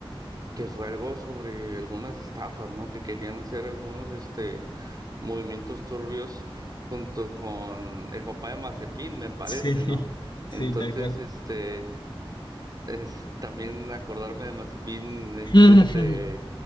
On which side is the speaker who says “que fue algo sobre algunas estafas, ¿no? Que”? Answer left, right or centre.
Right